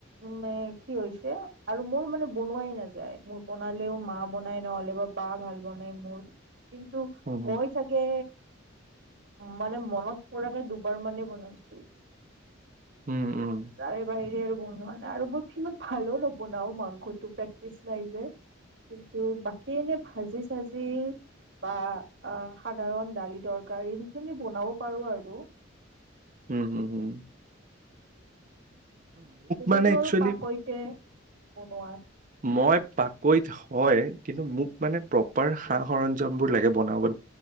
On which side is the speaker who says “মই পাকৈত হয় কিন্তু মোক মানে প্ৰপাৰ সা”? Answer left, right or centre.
Right